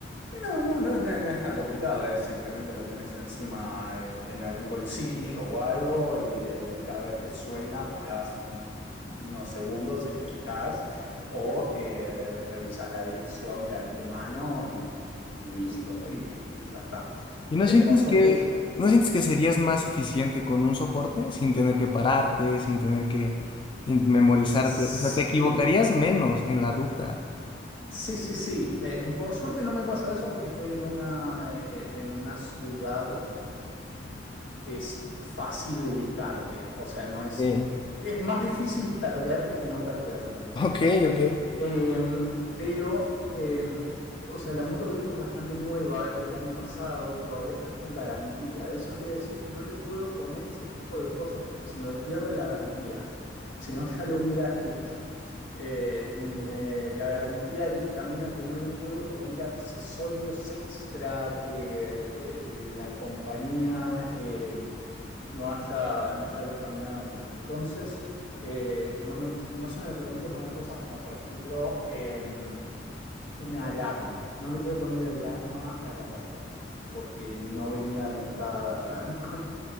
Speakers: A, on the left (about 80°); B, on the left (about 25°).
A: No, no, no, no, no es tan complicado, es simplemente lo tenés encima eh, en algún bolsillo o algo y eh, cada vez que suena parás un- unos segundos si te fijás o eh, revisas la dirección de antemano y, y- y listo, y, y ya está.
B: ¿Y no
A: Eh,
B: sientes
A: por suerte,
B: que,
A: yo-
B: no sientes que serías más eficiente con un soporte sin tener que pararte, sin tener que in- memorizarte?
A: sí,
B: O sea, te equivocarías menos en la ruta.
A: sí, sí, sí. Eh, por suerte no me pasa eso porque estoy en una, eh, eh, en una ciudad que es fácil ubicarte, o sea, no es...
B: Eh,
A: Es más difícil perderte que no perderte en donde
B: Ok,
A: estoy.
B: ok.
A: Eh, pero, eh, o sea, la moto que tengo es bastante nueva, es del año pasado y todavía está con garantía. Eso quiere decir que no le puedo poner ese tipo de cosas porque se me pierde la garantía. Si no, ya lo hubiera hecho. Eh, me- la garantía dictamina que no le puedo poner accesorios extra que, que la compañía eh, no haya, no haya dictaminado de entrada. Entonces, eh, no me- no se me permite poner cosas como, por ejemplo, em, una alarma. No le puedo poner alarma a la moto porque no venía de entrada <laughs> con,